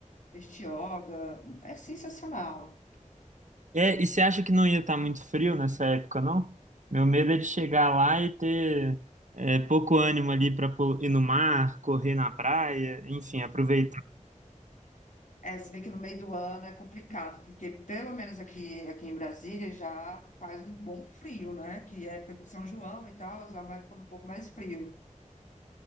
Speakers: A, on the left; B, on the right.
A: Bertioga, é sensacional.
B: é. E você acha que não ia estar muito frio nessa época, não? Meu medo é de chegar lá e ter é, pouco ânimo ali para ir no mar, correr na praia, enfim, aproveitar.
A: É, se vê que no meio do ano é complicado, porque pelo menos aqui, aqui em Brasília já faz um bom frio, né? Que é a época de São João e tal, já vai ficar um pouco mais frio.